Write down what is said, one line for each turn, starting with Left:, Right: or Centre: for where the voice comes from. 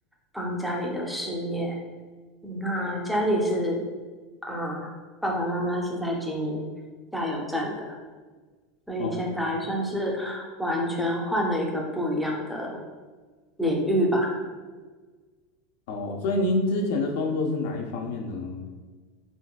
Centre: 帮家里的事业。嗯那家里是啊，爸爸妈妈是在经营加油站的。所以现在算是完全换了一个不一样的
Left: 哦
Centre: 领域吧。
Left: 哦，所以您之前的工作是哪一方面的呢？